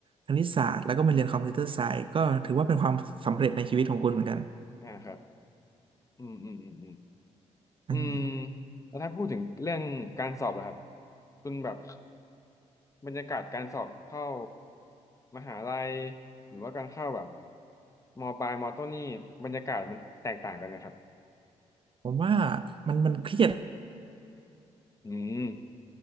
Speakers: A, on the right; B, on the left.
A: คณิตศาสตร์แล้วก็มาเรียนคอมพิวเตอร์ไซส์ก็ถือว่าเป็นความสำเร็จในชีวิตของคุณเหมือนกัน
B: อ่าครับอืมอืมอืมอืม
A: อืม
B: อืมแล้วถ้าพูดถึงเรื่องการสอบล่ะครับคุณแบบบรรยากาศการสอบเข้ามหาลัยหรือว่าการเข้าแบบมปลายมต้นนี่บรรยากาศมันแตกต่างกันไหมครับ
A: ผมว่ามันมันเครียด
B: อืม